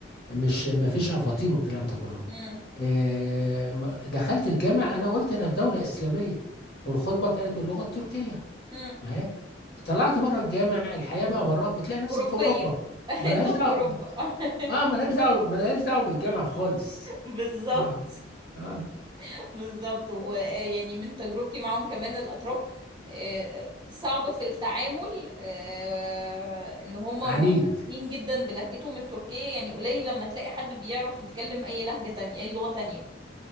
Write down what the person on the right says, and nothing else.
مم.
مم.
أوروبية
<laughs> انت
في
أوروبا <laughs>
بالظبط
<laughs> بالظبط ويعني من تجربتي معاهم كمان الأتراك آه، صعب في التعامل آه، ان هم
معتزين جدا بلهجتهم التركية يعني قليل لما تلاقي حد بيعرف يتكلم اي لهجة تانية اي لغة تانية